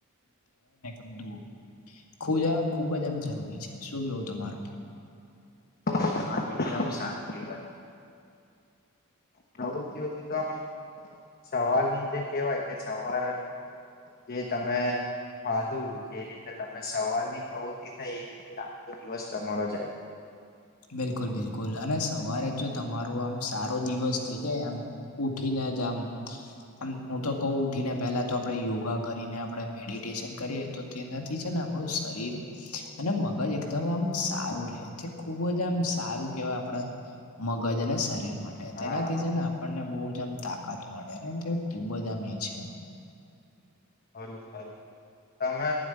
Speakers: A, on the left; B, on the left.
A: <unintelligible> ખુજા ખુબ જ આમ જરૂરી છે શું કેવું તમારું
B: હા એકદમ સાચી વાત પ્રવૃત્તિઓથી તો આમ સવારની જે કેવાય કે સવાર કે તમે ખાધું જે રીતે તમે સવારની પ્રવૃતિ થાય એ રીતે આખો દિવસ તમારો જાય
A: બિલકુલ બિલકુલ અને સવારે જો તમારો આમ સારો દિવસ થઇ જાય આમ ઉઠીને જ આમ હું તો કવ ઉઠીને પેલા તો આપણેે યોગા કરીને આપણે મેડિટેશન કરીએ તો તેનાથી છે ને આપણું શર રીર અને મગજ એકદમ આમ સારું રે ખૂબ જ આમ સારું કેવાય આપડા મગજ અને શરીર માટે
B: હા
A: તેનાથી છે ને આપણને બહુ જ આમ તાકાત મળે તે ખુબ જ આમ એ છે.
B: ખરું ખરું તમે